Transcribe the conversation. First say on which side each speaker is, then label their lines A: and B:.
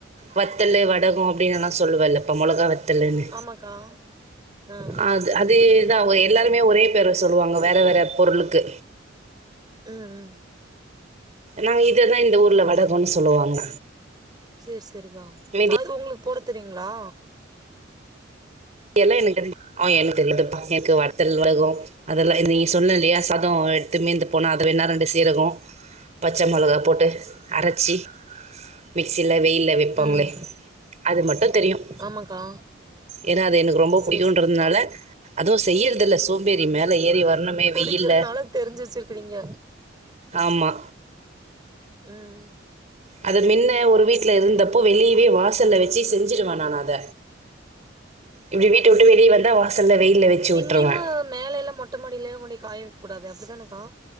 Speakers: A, on the right (about 35°); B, on the right (about 20°).
A: வத்தலு வடகம் அப்டின்னு எல்லாம் சொல்வல்ல இப்ப மொளகா வத்தலு வத்தலுன்னு
B: ஆமாக்கா ஆ
A: அது அதேதா எல்லாருமே ஒரே பேரை சொல்லுவாங்க வேற வேற பொருளுக்கு
B: ம் ம்
A: நாங்க இததா இந்த ஊர்ல வடகம்ன்னு சொல்லுவாங்க
B: சேரி சேரிக்கா
A: மீதி
B: அது உங்களுக்கு போட தெரியுங்களா
A: எல்லாம் எனக்கு தெரிய ஆனா எனக்கு தெரியுதுப்பா எனக்கு வத்தல் வகை எதுவும் அதெல்லாம் நீ சொன்ன இல்லையா சாதோ எடுத்து மீந்து போனா அத வேன்னா ரெண்டு சீரகம் பச்சை மொளகா போட்டு அரச்சி மிக்ஸியில வெயில வைப்பாங்களே
B: ம்
A: அது மட்டு தெரியும்
B: ஆமாக்கா
A: ஏன்னா அது எனக்கு ரொம்ப பிடிக்குன்றதுனால
B: சேரி சேரிக்கா
A: அதுவும் செய்யறதுல்ல சோம்பேறி மேல ஏறி வரணுமே
B: குடிக்கிறதுனால
A: வெயில்ல
B: தெரிஞ்சு வச்சிருக்கிறீங்க
A: ஆமா
B: ம்
A: அது மின்ன ஒரு வீட்டுல இருந்தப்போ வெளியவே வாசல்ல வச்சு செஞ்சுருவே நா அத இப்டி வீட்ட விட்டு வெளிய வந்து நேரா வாசல்ல வெயில்ல வச்சு
B: இங்கயுமா
A: விட்ருவே
B: மேல எல்லா மொட்ட மாடில்லலா கொண்டு காய வெக்க கூடாது அப்படித்தானக்கா